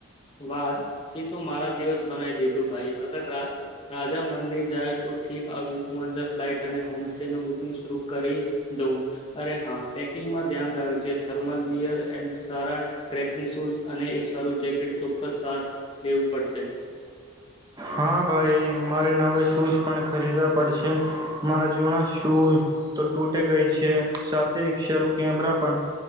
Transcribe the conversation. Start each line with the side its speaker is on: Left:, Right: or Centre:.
Left: વા તી તો મારા દિવસ બનાઇ દીધું ભાઈ અગર રા રાજા મંદિર જાય તો ઠીક આ વીકમાં જ ફ્લાઇટ અને હોમ સસ્ટેનું બુકિંગ શર કરી દઉં અરે હા પેકિંગમાં ધ્યાન રાખજે થર્મલ વીયર એન્ડ સારા ટ્રેકિંગ શૂઝ અને એક સારું જેકેટ ચોક્કસ સાથ લેવું પડશે
Right: હા ભાઈ મારે નવા શૂઝ પણ ખરીદવા પડશે મારા જૂના શૂઝ તો તૂટે ગઈ છે સાથે એક શરૂ કેમેરા પણ